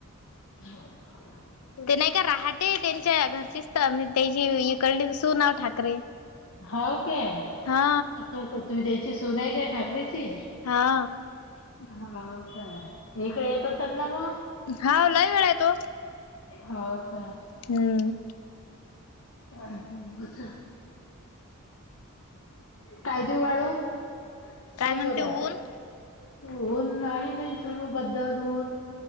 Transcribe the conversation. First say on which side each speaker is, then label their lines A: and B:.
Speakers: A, on the left; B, on the left.
A: ह,
B: ते नाही का रहाटे त्यांच्या घरचीच तर म त्याची इकडे सू नाव ठाकरे?
A: हो काय,
B: हा,
A: तर तुम्ही त्याची सून आहे काय ठाकरेची.
B: हा,
A: हो काय इकडे येत असेल ना मग,
B: हा लय वेळा येतो.
A: हो का,
B: हम्म,
A: अ हम बस जरा, काय देऊ वाढून!
B: काय
A: ऐ
B: म्हणते
A: पोरा
B: ऊन
A: ऊन नाही बाई सुरू बदल ऊन,